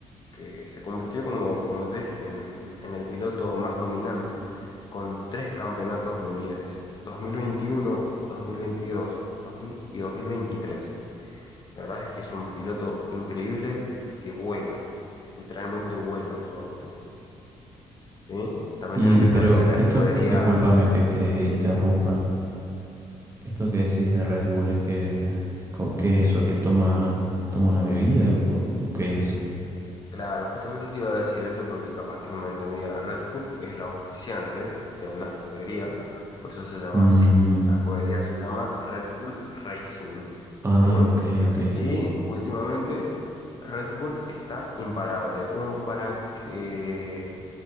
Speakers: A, on the left (about 35°); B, on the right (about 25°).
A: que se convirtió, como, como te dije, en el, en el piloto más dominante, con tres campeonatos mundiales, 2021, 2022, 2000 y 2023. La verdad es que es un piloto increíble y que vuela, literalmente vuela en su auto, ¿sí? También
B: Y,
A: tienen que
B: pero
A: saber que la
B: esto,
A: escudería,
B: que- discúlpame que te interrumpa.
A: sí,
B: Esto que decís de Red Bull es que, co- ¿qué es eso? ¿Que toma, toma una bebida o, o qué es?
A: Claro, justamente te iba a decir eso porque capaz que no me entendía. Red Bull es la auspiciante de una escudería, por eso se llama
B: Mm,
A: así. La escudería se llama Red Bull Racing,
B: ah,
A: ¿sí?
B: ok, ok.
A: Y últimamente Red Bull está imparable. Como para que